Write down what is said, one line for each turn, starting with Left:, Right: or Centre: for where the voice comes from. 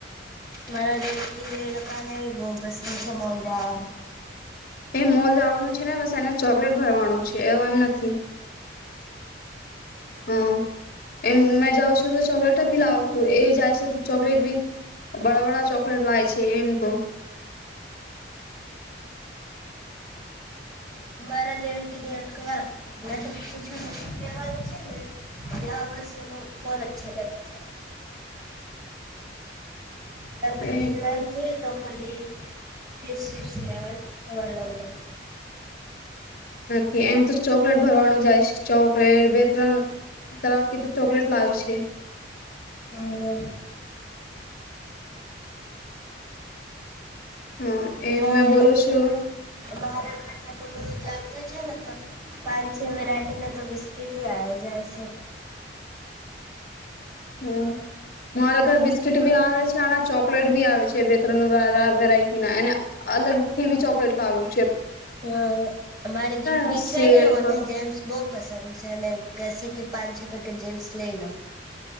Right: મારા દેવર કા લડકી ભી બહુ પસંદ છે મોલજવા
Left: એ મોજ આવનુંું છે ને બસ એને ચોકલેટ ભરવાનું છે એવું એમ નથી હા એમ મેં જઉં છું તો ચોકલેટથી લાવતું એ જાય છે તો ચોકલેટ બી બડાબડા ચોકલેટ લાય છે એમ તો
Right: મારા દેડ કે દેડ મે તો પૂછ નથી લેવાનું છે ને બસ મને બહોત અચ્છા લાગે છે ત ખરીદવા
Left: એ
Right: જે તો ખાલીપસ લ થવા લગ
Left: નથી એમ તો ચોકલેટ ભરવાનું જાય છે ચોકલેટ બે ત્રણ તરાકી તો ચોકલેટ લાવે છે
Right: હમ
Left: હા એ
Right: મોય
Left: મે બોલું છું
Right: મારા ઘરના તો જ આવતા છે ને તો પાંચ છ વેરાયટીને તો બિસ્કીિટ આવે જાય છે
Left: હમ મારા ઘર બિસ્કીટ ભી આવે છે અને ચોકલેટ ભી આવે છે બે ત્રણ વેરાયટી ના એને અલગ થી બી ચોકલેટ લાવે
Right: હા અમારી દીકરી
Left: ને સિલ્ક
Right: છે નેને જેમ્સ બો પસંદ છે અને કસે કે પાંચ છ પેકેટ જમસ લઈ લો